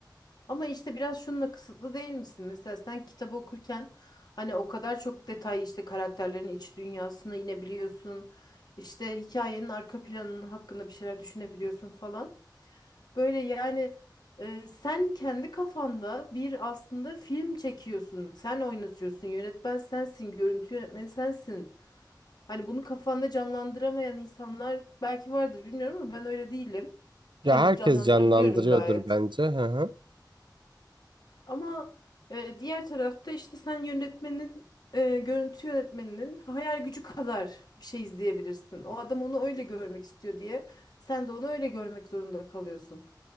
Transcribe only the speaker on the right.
Ya herkes
canlandırıyordur
bence. Hı hı.